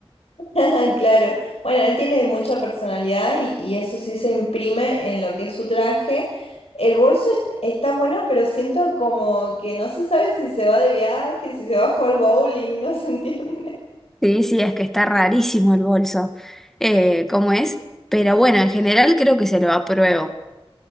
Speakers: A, on the left; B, in the centre.
A: <laughs> Claro. Bueno, él tiene mucha personalidad y, y eso sí se imprime en lo que es su traje. El bolso est- está bueno, pero siento como que no se sabe si se va de viaje, si se va a jugar al bowling, <laughs> no se entiende.
B: Sí, sí, es que está rarísimo el bolso, eh, como es, pero bueno, en general creo que se lo apruebo.